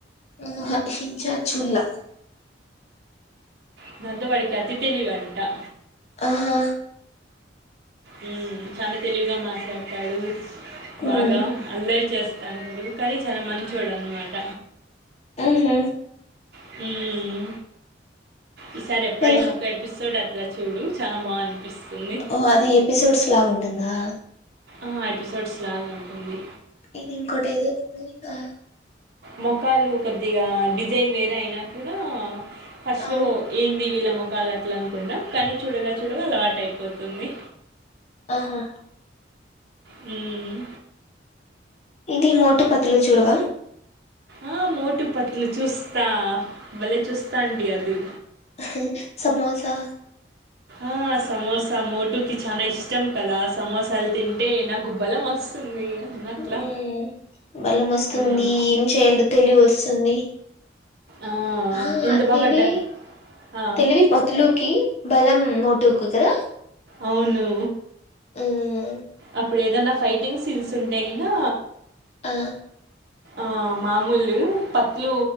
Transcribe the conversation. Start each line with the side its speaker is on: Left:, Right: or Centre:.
Left: ఆహ శిన్చాన్ చూల్ల
Right: ఇదంతవాడికి అతి తెలివిఅం ట
Left: ఆహా
Right: ఉ చానా తెలివిగా మాట్లాడతాడు.
Left: మ్మ్
Right: బాగా అల్లరి చేస్ <inaudible> అంటడు కానీ చాలా మంచోడు అనమాట.
Left: ఊహూ
Right: హ్ ఈసారి ఎప్పుడైన
Left: మళ్ళా
Right: ఒక ఎపిసోడ్ అ ట్ల చూడు చానా బాఅని పిస్తుంది.
Left: ఓ అది ఎపిసోడ్స్ లాగా ఉంటుందా.
Right: ఆ ఎపిసోడ్స్ లాగా ఉంటుంది.
Left: ఇది ఇంకొటేదో ఉన్నది ఆ
Right: మొకాళ్లు కొద్దిగా డిజైన్ వేరే అయినా కూడా ఫస్ట్
Left: ఆ
Right: లో ఏంది విళ్ళా మొ కాల్ అట్ల అనకుండా కానీ చూడగా చూడగా అలవాటయిపోతుంది.
Left: ఆహా
Right: హ్మ్
Left: ఇది మోటు పతులు చూడవా?
Right: ఆ మోటు పతులు చూస్తా భలేె చూస్తా అండి అది.
Left: ఆహా సమోసా
Right: ఆ సమోసా మోటుకి చానా ఇష్టం కదా, సమోసాలు తింటే నాకు బలం వస్తుంది. అన్నట్లా
Left: హ్ బలం వస్తుంది.
Right: మ్మ్.
Left: ఏం చేయాలో తెలివోస్తుంది.
Right: ఆ!
Left: ఆ
Right: ఎంత బాగా
Left: తెలివి
Right: డ ఆ!
Left: తెలివి పతులూకి, బలం మోటుకు కదా.
Right: అవునూ
Left: మ్మ్
Right: అప్పుడు ఏదన్నా ఫైటింగ్ సీన్స్ ఉంటే గినా
Left: ఆ
Right: ఆ మామూలు పత్లు